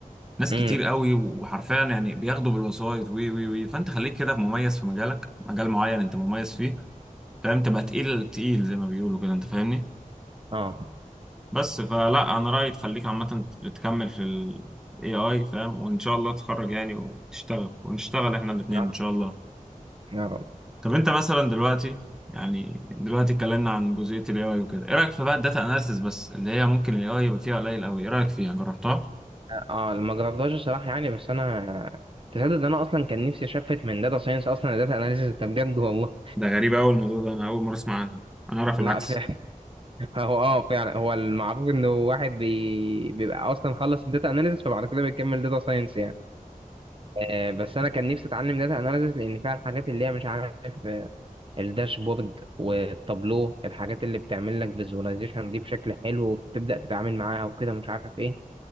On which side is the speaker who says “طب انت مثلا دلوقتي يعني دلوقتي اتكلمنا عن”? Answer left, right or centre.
Centre